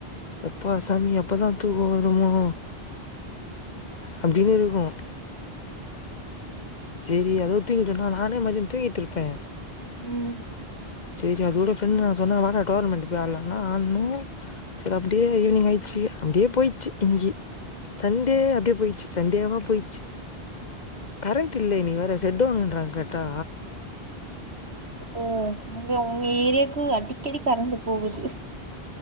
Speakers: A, on the left; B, on the right.
A: அப்பா சாமி எப்பதா தூக்கோ வருமோ அப்டின்னு இருக்கு சேரி எதோ தூங்கிட்டேனா நானே மதிய தூங்கிட்டு ருப்பே
B: ம்
A: சேரி அதோட ஃப்ரெண்ட் நா சொன்னே வாடா டோர்னமெண்ட்டு போய் ஆடலானா ஆ நோ செரி அப்டியே ஈவினிங் ஆயிருச்சு அப்டியே போயிச்சு இன்னைக்கி சன்டே அப்டியே போயிச்சு சன்டேவா போயி கரண்ட்டு இல்ல இன்னைக்கி வேற செட்டவுன்றாங்க கேட்டா
B: ஓ உங்க உங்க ஏரியாக்கு அடிக்கடி கரண்டு போகுது